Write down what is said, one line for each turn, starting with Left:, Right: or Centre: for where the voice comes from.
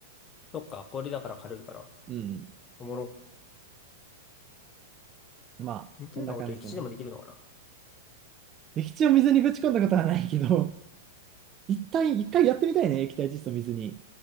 Left: そっか、氷だから軽いから。
Right: うん。
Left: おもろ。
Right: まあ、
Left: 似たようなこと、
Right: こんな感じだな。
Left: 液地でもできるのかな。
Right: 液体を水にぶち込んだことはないけど、<laughs> 一旦、一回やってみたいね、液体窒素水に。